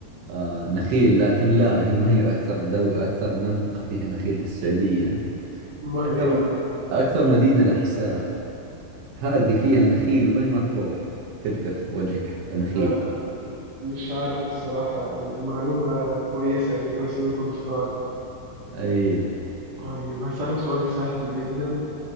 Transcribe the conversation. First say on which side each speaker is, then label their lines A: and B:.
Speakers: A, on the right; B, on the right.
A: آه نخيل لكن لا هي ما هي أكثر دو أكثر منطقة فيها نخيل في السعودية
B: امال
A: أكثر
B: ايه يا عم
A: أكثر مدينة لحساء هذه فيها نخيل وين ما تروح تلقى في وجهك ح- نخيل
B: آه مش عارف الصراحه يعني معلومه كويسه يعني كويس ان انت ضفتها لي
A: أي
B: طيب هسألك سؤال سهل جدا